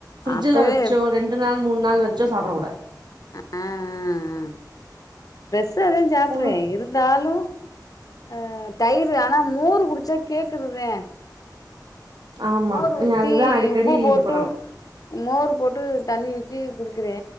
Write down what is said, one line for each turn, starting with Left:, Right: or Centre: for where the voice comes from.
Right: பிரிட்ஜில
Left: அப்பவே
Right: வச்சோ ரெண்டு நாள் மூணு நாள் வச்சோ சப்பட கூடாத்
Left: ஆ ஆ ஆ ஃபிரஷ்சாதெ சாப்பிறே
Right: புளி
Left: இருந்தாலு அ தயிரு ஆனா மோரு குடிச்சா கேக்குதுதெ
Right: ஆமா
Left: மோரு
Right: நீ
Left: ஊத்தி
Right: அதுதா அடிக்கடி
Left: உப்பு போட்டு
Right: இது பண்ணணு
Left: மோர் போட்டு தண்ணி வச்சி குடிக்கிறே